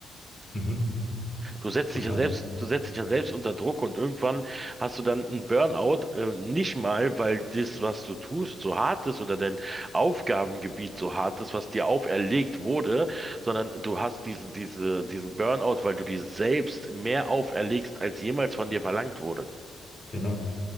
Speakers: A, on the left (about 45°); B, on the right (about 25°).
A: Mhm,
B: Du setzt
A: total,
B: dich ja selbst, du setzt dich ja selbst unter Druck und irgendwann hast du dann einen Burnout, äh, nicht mal, weil das, was du tust, so hart ist oder dein Aufgabengebiet so hart ist, was dir auferlegt wurde, sondern du hast diesen, diese, diesen Burnout, weil du dir selbst mehr auferlegst, als jemals von dir verlangt wurde.
A: genau.